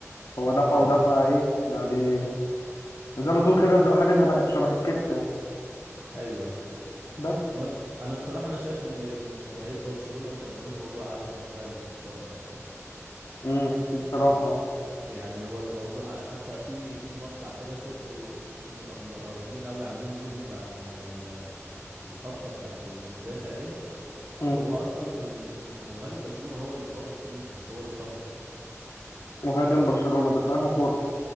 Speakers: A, on the left; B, on the right.
A: هو دفع
B: ايوه
A: ودفعة إيه يعني زي ما تقول كده ز- حاجة زي شبه الكتف يعني
B: ايوه ايوه
A: بس
B: هو انا أنا بصراحة انا شايف ان جماهير برشلونة مكبرين الموضوع قوي في موضوع الاخطاء ده بصراحة
A: امم بصراحة
B: ال...
A: اه
B: يعني هو الموضوع انا حتى في في مقطع كده شفته م- مقربين قوي عاملين زوم على ال... الخبطه بتاعت المدافع ديت
A: مم.
B: هو اصلا المهاجم برشلونه هو اللي خابط فيه مش هو اللي خبطه
A: مهاجم برشلونة ده في أنهي كورة